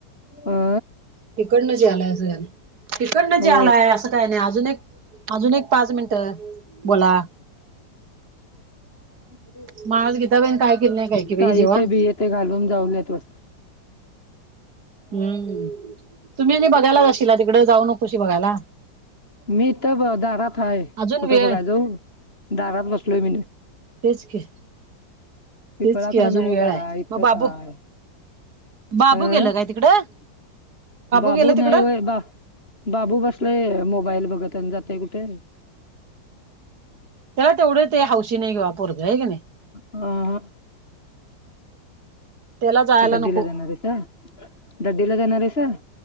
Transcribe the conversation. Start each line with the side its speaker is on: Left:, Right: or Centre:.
Left: अ
Right: तिकडनंच यायलाय. तिकडनच
Left: हो
Right: यायलाय. असं काय नाही अजून एक अजून एक पाच मिनट बोला
Left: ह <inaudible>
Right: मगं आज गीताबाईन काय केलंय काय की बाई
Left: साई
Right: जेवण?
Left: ते बिये ते घालून जाऊलेत वाटत.
Right: हम्म, तुम्ही आणि बघायला. जाशील तिकड जाऊ नकोशी बघायला.
Left: मी इथं दारात हा,
Right: अजून
Left: कुठं
Right: वेळ
Left: बघाय जाऊ दारात बसलोय मी नव्ह
Right: तेच की
Left: पिपळाकडे
Right: तेच की अजून
Left: नाही
Right: वेळ
Left: जा
Right: आहे
Left: इथंच
Right: मग बाबू
Left: आहे.
Right: बाबू
Left: अं
Right: गेलं काय तिकडं
Left: बाबू
Right: गेलं तिकडं
Left: नाही होय बा बाबू बसलाय मोबाईल बघत आणि जातय कुठे.
Right: त्याला तेवढं ते हौशी नाही घेवा पोरग आहे का नाही.
Left: ह ह
Right: त्याला जायला
Left: दड्डीला
Right: नको
Left: जाणार आहेस. दड्डीला जाणार आहेस